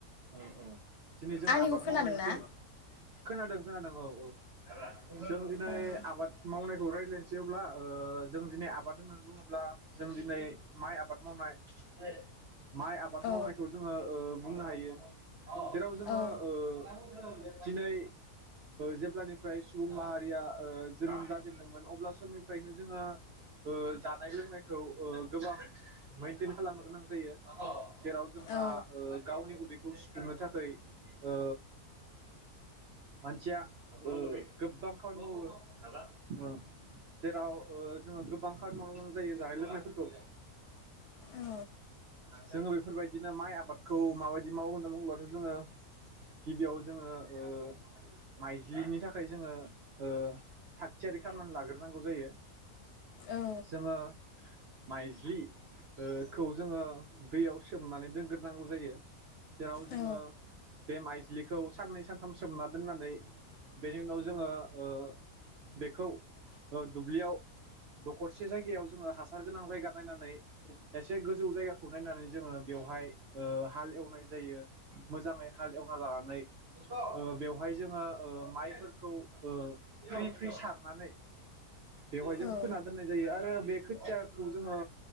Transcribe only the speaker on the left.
आंनिखौ
खोनादोंना
ओं
औ
औ
औ
औ
औ
औ
औ